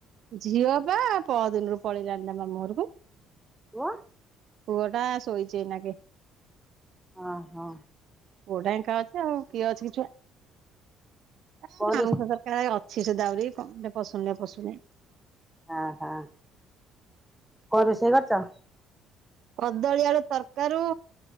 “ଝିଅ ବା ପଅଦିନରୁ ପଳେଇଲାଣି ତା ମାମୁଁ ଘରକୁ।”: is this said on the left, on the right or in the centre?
Right